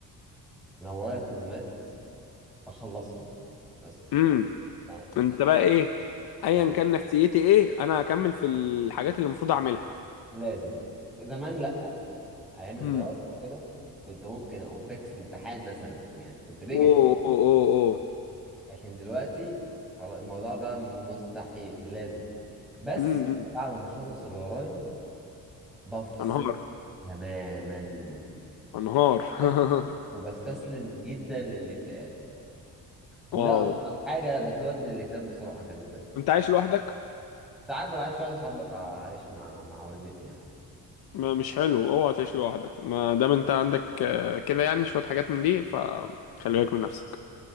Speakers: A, in the centre; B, on the left.
A: لو ورايا التزامات بخلصها بس
B: امم
A: يعني ال-
B: أنت
A: إيه؟
B: بقى إيه أيا
A: اه
B: كان نفسيتي إيه أنا هكمل في الحاجات اللي المفروض أعملها
A: لازم زمان لا ايام الدراسة
B: امم
A: وكده كنت ممكن اقوم فاكس الامتحان مثلا يعني كنت بجح
B: أوه أوه أوه أوه
A: لكن دلوقتي خلاص الموضوع ده مستحيل لازم بس
B: امم أمم.
A: بعد ما اخلص اللي ورايا بفصل
B: أنهار
A: تماما
B: أنهار <laughs>
A: بس- وبستسلم جدا للاكتئاب وده
B: واو
A: اكتر حاجه بتودي الاكتئاب بسرعه خلي بالك
B: أنت عايش لوحدك
A: ساعات ببقى عايش لوحدي ساعات ببقى عايش مع مع والدتي يعني
B: ما مش حلو اوعى تعيش لوحدك ما دام انت عندك آه، كده يعني شوية حاجات من دي فخلي بالك من نفسك